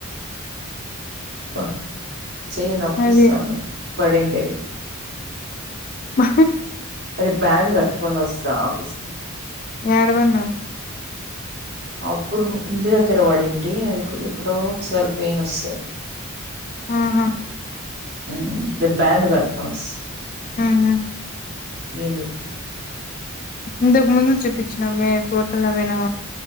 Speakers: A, on the right; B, on the left.
A: బ్బ చెయ్యి నొప్పుస్తాన్ది
B: అది
A: పడిండేది
B: మ
A: అరే బ్యాడ్ గట్టుకోనొస్తా ఆఫీస్ కి
B: యాడబన్నావ్
A: అప్పుడు ఇంటి దగ్గర పడింటీ అది ఎప్పుడో ఒకసారి పెయిన్ వస్తది
B: ఆహా
A: ఆ ద బ్యాండ్ గట్టుకొనొస్త
B: ఆహా
A: ఏం జెత్
B: ఇంతకు ముందు చూపిచ్చినమే ఫోటోలవేనా